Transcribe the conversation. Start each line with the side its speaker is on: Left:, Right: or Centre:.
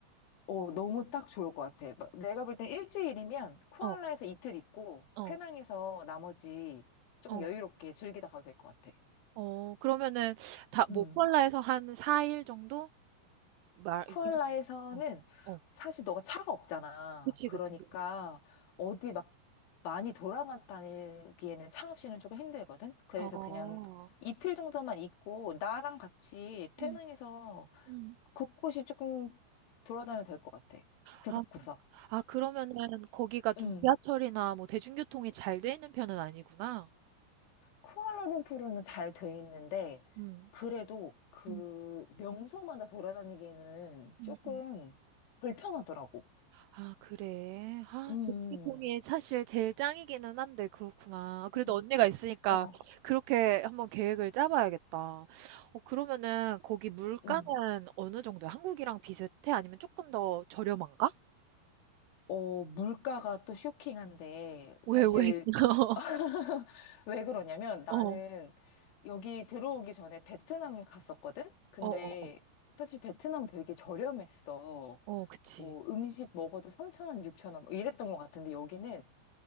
Left: 어, 너무 딱 좋을 것 같아. 막 내가 볼 땐 일주일이면 쿠알라에서
Right: 어
Left: 이틀 있고
Right: 어
Left: 페낭에서 나머지 조금
Right: 어
Left: 여유롭게 즐기다 가도 될 것 같아.
Right: 어 그러면은 다 모콜라에서
Left: 음.
Right: 한 4일 정도 말
Left: 쿠알라에서는
Right: 생각 어 어,
Left: 사실 너가 차가 없잖아.
Right: 그치,
Left: 그러니까
Right: 그치.
Left: 어디 막 많이 돌아다니기에는 차 없이는 조금 힘들거든. 그래서
Right: 어.
Left: 그냥 이틀 정도만 있고 나랑 같이
Right: 음,
Left: 페낭에서
Right: 음.
Left: 곳곳이 조금 돌아다녀도 될 것 같아. 구석구석.
Right: 아, 아 그러면은 거기가 좀
Left: 음.
Right: 지하철이나 뭐 대중교통이 잘 돼 있는 편은 아니구나.
Left: 쿠알라룸푸르는 잘 돼 있는데,
Right: 음.
Left: 그래도 그
Right: 음,
Left: 명소마다 돌아다니기에는
Right: 음,
Left: 조금
Right: 음.
Left: 불편하더라고.
Right: 아, 그래. 아,
Left: 음,
Right: 대중교통이 사실 제일 짱이기는 한데, 그렇구나. 아, 그래도
Left: 음.
Right: 언니가 있으니까
Left: 어,
Right: 그렇게 한번 계획을 짜봐야겠다. 어, 그러면은 거기 물가는
Left: 음.
Right: 어느 정도야? 한국이랑 비슷해? 아니면 조금 더 저렴한가?
Left: 어, 물가가 또 쇼킹한데,
Right: 왜,
Left: 사실
Right: 왜? <laughs>
Left: <laughs> 왜 그러냐면 나는
Right: 어, 어,
Left: 여기 들어오기 전에 베트남 갔었거든? 근데
Right: 어, 어,
Left: 사실 베트남 되게 저렴했어.
Right: 어, 그치.
Left: 뭐 음식 먹어도 3천원6천원 뭐 이랬던 것 같은데 여기는